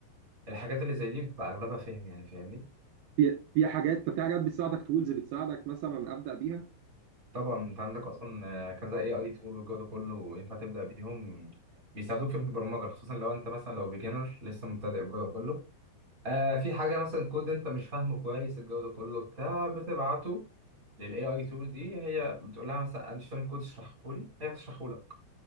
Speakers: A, on the right; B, on the right.
A: الحاجات اللي زي دي بتبقى اغلبها فهم يعني فاهمني
B: في في حاجات طب في حاجات بتساعدك تولز بتساعدك مثلا ابدا بيها
A: طبعا انت عندك اصلا آه، كذا اي اي تول والجو ده كله ينفع تبدا بيهم بيساعدوك في البرمجه خصوصا لو انت مثلا لو بيجنر لسه مبتدئ والجو ده كله آه في حاجه مثلا كود انت مش فاهمه كويس الجو ده كله بتاع بتبعته للاي اي تول دي هي بتقول لها مثلا انا مش فاهم كود اشرحه لي هي بتشرحه لك